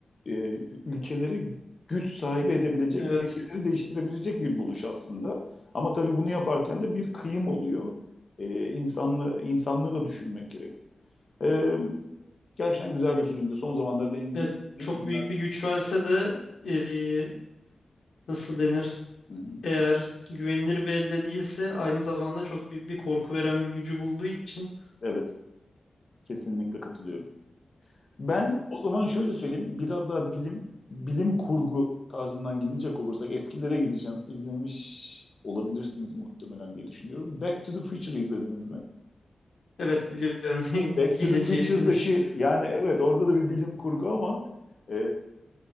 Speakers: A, on the left (about 40°); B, on the left (about 90°).
A: e, ülkeleri güç sahibi edebilecek,
B: evet,
A: dengeleri değiştirebilecek bir buluş aslında. Ama tabii bunu yaparken de bir kıyım oluyor. E, insanlı, insanlığı da düşünmek gerekiyor. E, gerçekten güzel bir filmdi. Son zamanlarda en iyi
B: evet
A: izlediğim
B: çok
A: filmler.
B: büyük bir güç verse de e, nasıl denir?
A: Hı hı.
B: Eğer güvenilir bir elde değilse aynı zamanda çok büyük bir korku veren bir gücü bulduğu için
A: Evet, kesinlikle katılıyorum. Ben o zaman şöyle söyleyeyim. Biraz daha bilim, bilim kurgu tarzından gidecek olursak eskilere gideceğim. İzlemiş olabilirsiniz muhtemelen diye düşünüyorum. Back to the Future izlediniz mi?
B: evet biliyorum
A: Back
B: <laughs> geleceğe
A: to the Future'daki
B: dönüş.
A: yani evet orada da bir bilim kurgu ama e,